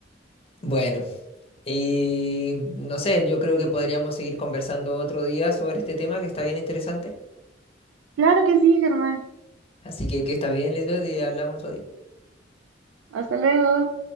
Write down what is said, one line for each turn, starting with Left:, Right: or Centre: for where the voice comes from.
Left: Bueno, y no sé, yo creo que podríamos seguir conversando otro día sobre este tema que está bien interesante.
Right: Claro que sí, Germán.
Left: Así que que estás bien, Lisbeth, y hablamos otro día.
Right: Hasta luego.